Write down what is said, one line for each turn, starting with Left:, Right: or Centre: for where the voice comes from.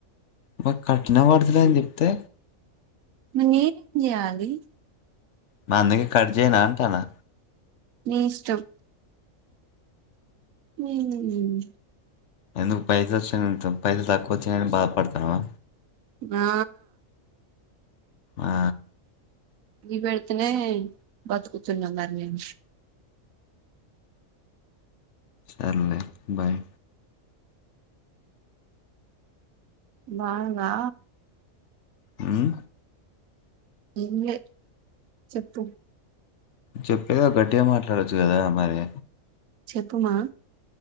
Left: మాకు కట్టినా పడుతులే అని చెప్తే
Right: నేనేం చేయాలి
Left: మా అందుకే కట్ చేయనా అంటానా
Right: నీ ఇష్టం ఉమ్
Left: ఎందుకు పైస వచ్చా పైసలు తక్కువ వచ్చినని బాధపడతానావా
Right: ఆ
Left: ఆ
Right: ది పెడుతునే బతుకుతున్నాం మరి మేము
Left: సరేలే బాయ్
Right: బాగా
Left: హ్మ్
Right: ఏం లే చెప్పు
Left: చెప్పే కదా గట్టిగా మాట్లాడొచ్చు కదా మరి
Right: చెప్పు మా